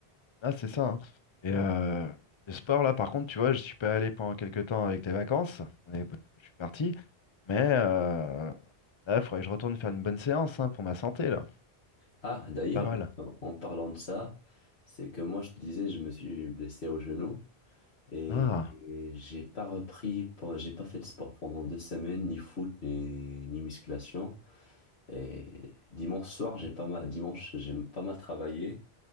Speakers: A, on the left; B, on the left.
A: Ah, c'est ça. hein. Et euh, le sport, là, par contre, tu vois, je suis pas allé pendant quelques temps avec les vacances, on est- parce que je suis parti. Mais euh, là, il faudrait que je retourne faire une bonne séance hein, pour ma santé, là.
B: Ah, d'ailleurs,
A: C'est pas mal.
B: en parlant de ça, c'est que moi, je te disais, je me suis blessé au genou et,
A: Ah,
B: et j'ai pas repris, pen- j'ai pas fait de sport pendant deux semaines, ni foot, ni, ni musculation. Et dimanche soir, j'ai pas mal, dimanche, j'ai pas mal travaillé.